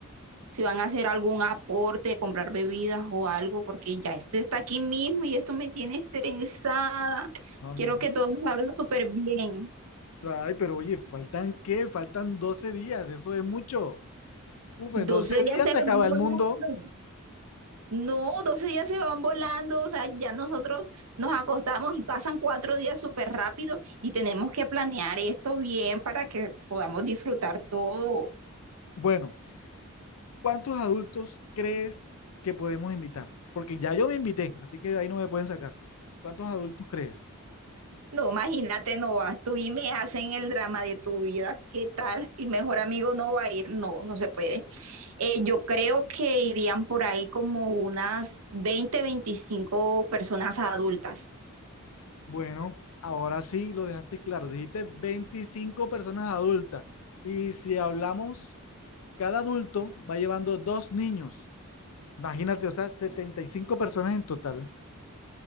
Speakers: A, on the right (about 80°); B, on the left (about 70°).
A: si van a hacer algún aporte, comprar bebidas o algo, porque ya esto está aquí mismo y esto me tiene estresada.
B: No,
A: Quiero
B: n-
A: que todo salga súper bien.
B: ay, pero oye, ¿faltan qué? Faltan doce días, eso es mucho. Uf,
A: 12
B: en 12
A: días
B: días
A: se
B: se
A: van
B: acaba
A: volando.
B: el mundo.
A: No, doce días se van volando. O sea, ya nosotros nos acostamos y pasan cuatro días súper rápido y tenemos que planear esto bien para que podamos disfrutar todo.
B: Bueno, ¿cuántos adultos crees que podemos invitar? Porque ya yo me invité, así que de ahí no me pueden sacar. ¿Cuántos adultos crees?
A: No, imagínate, no vas tú y me hacen el drama de tu vida. ¿Qué tal? Y mejor amigo no va a ir. No, no se puede. Eh, yo creo que irían por ahí como unas 20 25 personas adultas.
B: Bueno, ahora sí lo dejaste claro. Dijiste 25 personas adultas. Y si hablamos, cada adulto va llevando dos niños. Imagínate, o sea, 75 personas en total.